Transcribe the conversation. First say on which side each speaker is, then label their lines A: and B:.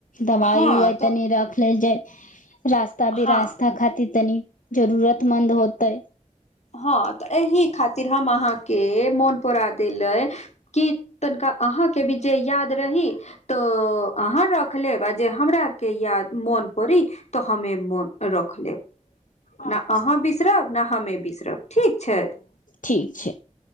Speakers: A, on the left (about 80°); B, on the left (about 60°).
A: दवाइ
B: हँ
A: उवाइ
B: तऽ
A: तनी रख लेल जाय। रास्ता बेरास्ता
B: हँ
A: खातिर तनी जरूरतमन्द होतै।
B: हँ तऽ एहि खातिर हम अहाँके मोन परा देले कि तनिका अहाँके भी जे याद रही त अहाँ राखु रख लेब आ जे हमरा आरके याद मोन पड़ी तऽ हमे मोन रख लेब।
A: हँ
B: ने अहाँ बिसरब ने हमे बिसरब। ठीक छै,
A: ठीक छै